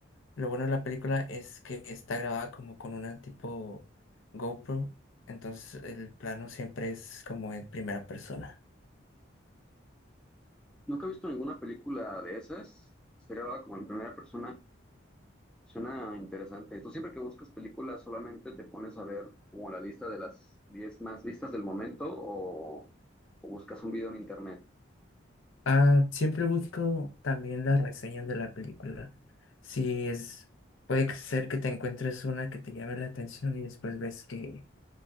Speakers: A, on the left; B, in the centre.
A: lo bueno de la película es que está grabada como con una tipo GoPro, entonces el plano siempre es como en primera persona.
B: Nunca he visto ninguna película de esas. Está grabada como en primera persona. Suena interesante. Tú siempre que buscas películas solamente te pones a ver como la lista de las 10 más listas del momento o, o buscas un video en internet.
A: Ah, siempre busco también las reseñas de la película. Si es, puede ser que te encuentres una que te llame la atención y después ves que